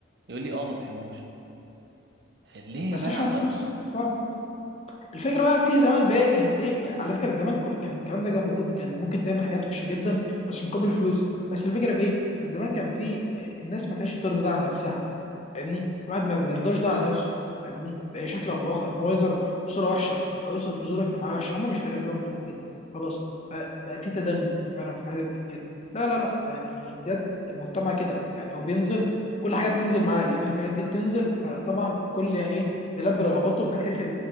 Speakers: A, on the right; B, on the left.
A: يقول لي اه ما بحبوش ليه
B: بس
A: يا جماعه
B: عشان فلوس
A: طب
B: فعلا الفكره بقى في زمان بقى كانت ايه على فكره زمان كل كان الكلام ده جمهود كان ممكن تعمل حاجات وحشه جدا بس مقابل فلوس بس الفكره في ايه كان زمان كان في آه، الناس ما كانتش بترضى ده عن نفسها فاهمني الواحد ما بيرضاش ده على نفسه فاهمني باي شكل او باخر ان هو يظهر بصوره وحشه او يظهر بصوره اجتماعيه وحشه هم مش فارق لهم الحته دي خلاص فبقى في تدني فعلا في الحتت دي كتير لا لا لا يعني بجد المجتمع كده يعني هو بينزل كل حاجه بتنزل معاه لان الفئات دي بتنزل فطبعا كل يعني ايه بيلبي رغباتهم من حيث